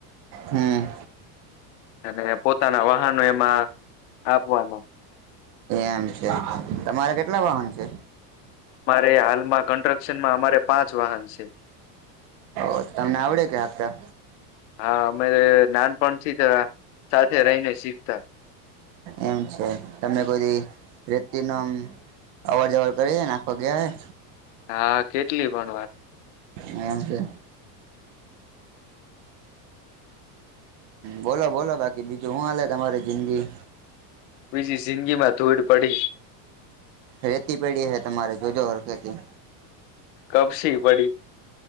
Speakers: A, on the right; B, on the left.
A: હમ
B: અને પોતાના વાહનો એમાં આપવાનો
A: એમ છે તમારે કેટલા વાહન છે?
B: અમારે હાલમાં કન્સ્ટ્રક્શનમાં અમારે પાંચ વાહન છે.
A: ઓ તમને આવડે કે હાકતા?
B: હા અમે નાનપણથી સાથે રહીને શીખતા.
A: એમ છે તમે કોઈ દિ રેતી ન આમ અવર જવર કરી નાખો ગયા હોય
B: હા કેટલી પણ વાર.
A: મેમ છે. બોલો બોલો બાકી બીજું શું હાલે તમારી જિંદગી.
B: બીજી જિંદગીમાં ધૂડ પડી.
A: રેતી પડી હે તમારે જોજો હરખેથી.
B: કબશી પડી.